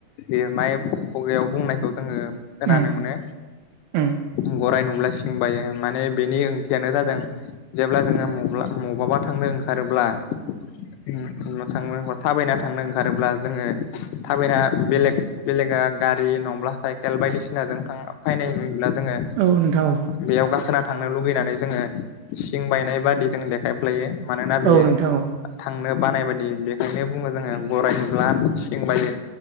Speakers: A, on the left; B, on the right.
A: लिरनाय खुगायाव बुंनायखौ जोङो खोनानो
B: उम
A: मोनो।
B: उम।
A: गराइ नुब्ला सिं बायो माने बेनि ओंथियानो जादों जेब्ला जोङो मब्ला मबबा थांनो ओंखारोब्ला नो नो थांनो थाबायना थांनो ओंखारोब्ला जोङो थाबायना बेलेग बेलेग गारि नंब्ला साइकेल बायदिसिनाजों थां फायनाय नुयोब्ला जोङो
B: औ नोंथां
A: बेयाव गाखोना थांनो लुगैनानै जोङो सिं बायनाय बादिजों देखायफ्लायो मानोना बियो
B: औ नोंथां
A: थांनो बानाय बायदि बेखायनो बुङो जोङो गराइ नुब्ला सिं बायो